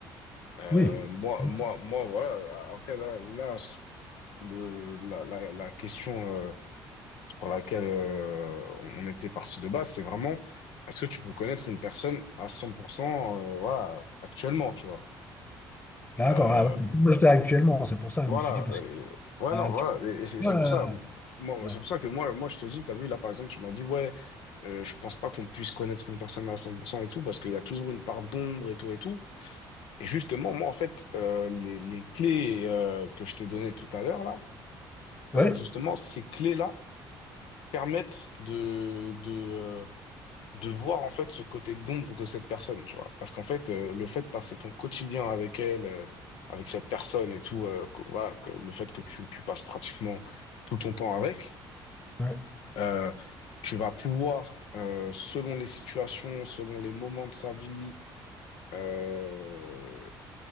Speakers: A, on the left (about 75°); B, on the left (about 20°).
A: Euh,
B: Oui.
A: moi,
B: vois.
A: moi, moi, voilà. Après, là, là, le, la, la, la question euh, sur laquelle euh, on était parti de base, c'est vraiment, est-ce que tu peux connaître une personne à 100%, euh, voilà, actuellement, tu vois?
B: D'accord,
A: Euh,
B: ah, ouais, moi, j'étais actuellement, c'est pour ça que
A: voilà.
B: je me suis dit, parce
A: euh,
B: que...
A: ouais,
B: ah,
A: non, voilà.
B: tu-
A: Et, et c'est c'est
B: ah,
A: pour ça, moi,
B: ouais,
A: c'est pour ça que moi, moi, je te dis, t'as vu, là, par exemple, tu m'as dit, ouais, euh, je pense pas qu'on puisse connaître une personne à 100% et tout, parce qu'il y a toujours une part d'ombre et tout et tout. Et justement, moi, en fait, euh, les, les clés euh, que je t'ai données tout à l'heure, là,
B: ouais,
A: euh, justement, ces clés-là permettent de, de, euh, de voir, en fait, ce côté d'ombre de cette personne, tu vois. Parce qu'en fait, euh, le fait de passer ton quotidien avec elle, euh, avec cette personne et tout, euh, que- voilà, que, le fait que tu, tu passes pratiquement tout ton temps avec,
B: ouais,
A: euh, tu vas pouvoir, euh, selon les situations, selon les moments de sa vie, euh,